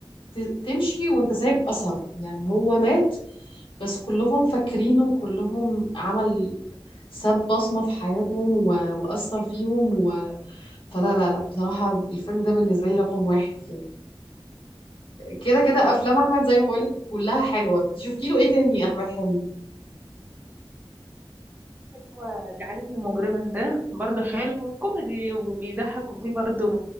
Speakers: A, on the left; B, on the right.
A: ت- تمشي وانت سايب أثر يعني هو مات بس كلهم فاكرينه كلهم عمل ساب بصمة في حياتهم و... وأثر فيهم و... فلا لا لا بصراحة الفيلم ده بالنسبة لي رقم واحد يعني كده كده أفلام أحمد زي ما بقولك كلها حلوة شفتي له ايه تاني يا أحمد حلمي
B: هو جعلتني مجرما ده برضه حلو كوميدي وبيضحك وفيه برضه